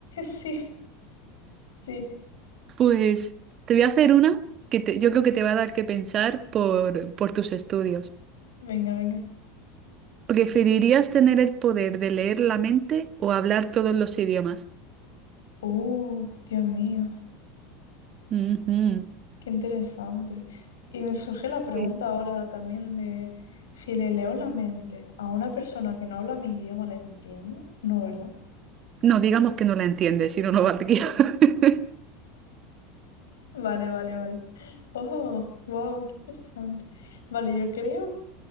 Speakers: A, on the left (about 75°); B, on the right (about 40°).
A: Sí, sí.
B: Pues te voy a hacer una que te- yo creo que te va a dar que pensar por, por tus estudios.
A: Venga, venga.
B: ¿Preferirías tener el poder de leer la mente o hablar todos los idiomas?
A: Uh, Dios mío.
B: Ujú.
A: Qué interesante. Y me surge la pregunta
B: Sí.
A: ahora también de si le leo la mente a una persona que no habla mi idioma, ¿la entiendo? No, ¿verdad?
B: No, digamos que no la entiendes, si no, no valdría. <laughs>
A: Vale, vale, vale. Oh, wow, qué interesante. Vale, yo creo